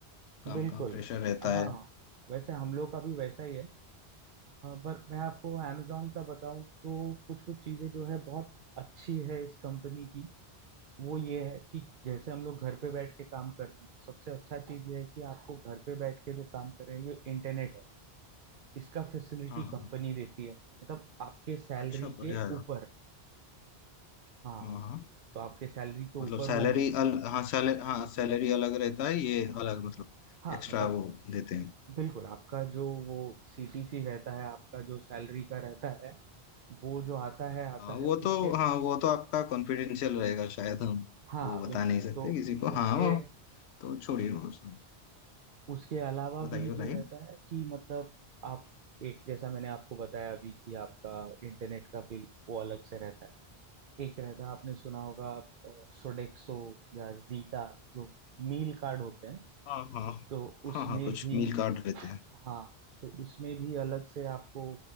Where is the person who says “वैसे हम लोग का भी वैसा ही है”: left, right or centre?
Right